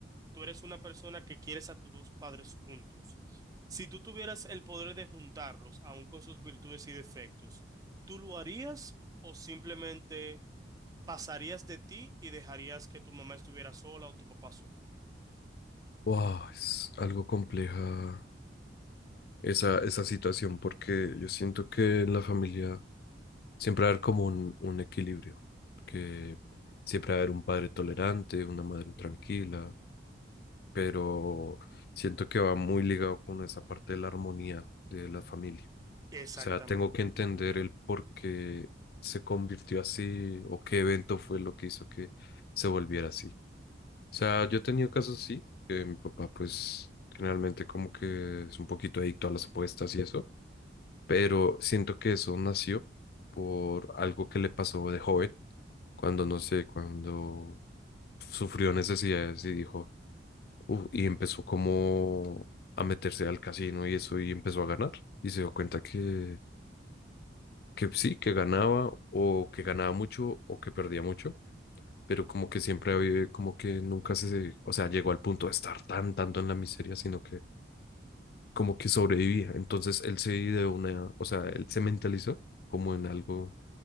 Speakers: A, on the right; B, on the left.
A: Tú eres una persona que quieres a tus dos padres juntos. Si tú tuvieras el poder de juntarlos, aun con sus virtudes y defectos, ¿tú lo harías o simplemente pasarías de ti y dejarías que tu mamá estuviera sola o tu papá solo?
B: Wow, es algo compleja esa, esa situación, porque yo siento que en la familia siempre va a haber como un, un equilibrio, que siempre va a haber un padre tolerante, una madre tranquila, pero siento que va muy ligado con esa parte de la armonía de la familia.
A: Exactamente.
B: O sea, tengo que entender
A: ujú.
B: el por qué se convirtió así o qué evento fue lo que hizo que se volviera así. O sea, yo he tenido casos así, que mi papá pues generalmente como que es un poquito adicto a las apuestas y eso pero siento que eso nació por algo que le pasó de joven, cuando no sé, cuando sufrió necesidades y dijo, "Uf", y empezó como a meterse al casino y eso y empezó a ganar y se dio cuenta que, que sí, que ganaba o que ganaba mucho o que perdía mucho, pero como que siempre había, como que nunca se, o sea, llegó al punto de estar tan, tanto en la miseria, sino que como que sobrevivía. Entonces él se ideó una, o sea, él se mentalizó como en algo